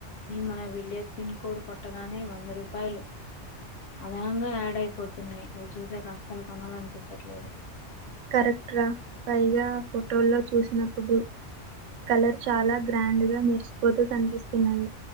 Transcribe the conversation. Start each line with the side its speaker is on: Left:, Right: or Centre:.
Left: మన విలేజ్ పిన్ కోడ్ కొట్టగానే వంద రూపాయలు అదనంగా యాడ్ అయిపోతున్నాయి అవి చూసాక అస్సలు కొనాలనిపించట్లేదు
Right: కరెక్ట్ రా పైగా ఫోటోల్లో చూసినప్పుడు కలర్ చాలా గ్రాండ్ గా మెరిసిపోతూ కనిపిస్తున్నాయి